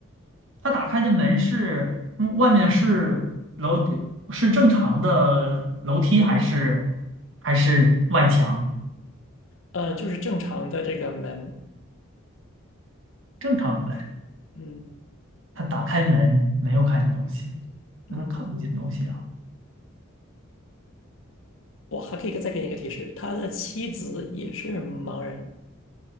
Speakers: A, on the right; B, on the left.
A: 他打开的门是嗯外面是楼是正常的楼梯还是还是外墙？
B: 呃，就是正常的这个门，
A: 正常的门，
B: 嗯
A: 他打开门没有看见东西，那他看不见东西啊。
B: 嗯，我还可以再给你一个提示，他的妻子也是盲人，